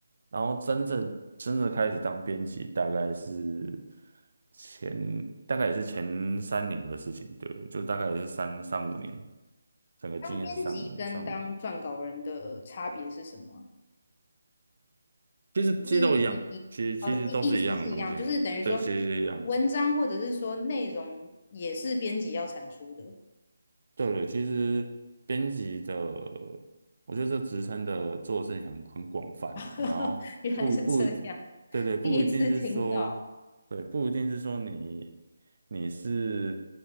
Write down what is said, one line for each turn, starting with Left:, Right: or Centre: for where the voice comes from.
Right: 然后真正真正开始当编辑，大概是前大概也是前三年的事情，对，就大概也是三三五年，整个经验是三五三五，
Left: 当编辑跟当撰稿人的差别是什么啊
Right: 其实其实都一样，
Left: 就是你哦，
Right: 其实其实都是一样的东西，
Left: 意意思是一样，就是等于说
Right: 对，其实一样。
Left: 文章或者是说内容也是编辑要产出的。
Right: 对对，其实编辑的，我觉得这职称的做的事情很很广泛了，
Left: <laughs>
Right: 然后不不一定，
Left: 原来是这样，
Right: 对对，不一定是说对，
Left: 第一次听到。
Right: 不一定是说你你是